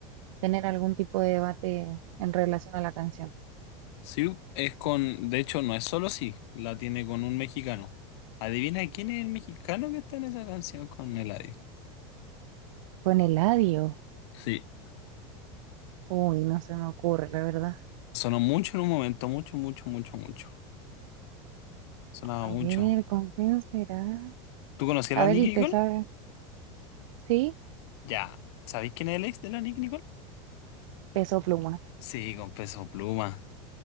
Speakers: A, on the right; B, on the left.
A: tener algún tipo de debate en relación a la canción.
B: Sí, es con, de hecho, no es solo sí, la tiene con un mexicano. Adivina quién es el mexicano que está en esa canción con Eladio.
A: Con el adiós.
B: Sí,
A: Uy, no se me ocurre, la verdad.
B: sonó mucho en un momento, mucho, mucho, mucho, mucho. Sonaba
A: A
B: mucho.
A: ver, ¿con quién será?
B: ¿Tú conocías
A: A
B: a la
A: ver,
B: Nicki
A: ¿y
B: Nicole?
A: te sabes? ¿Sí?
B: Ya. ¿Sabéis quién es el ex de la Nicki Nicole?
A: Peso Pluma.
B: Sí, con Peso Pluma.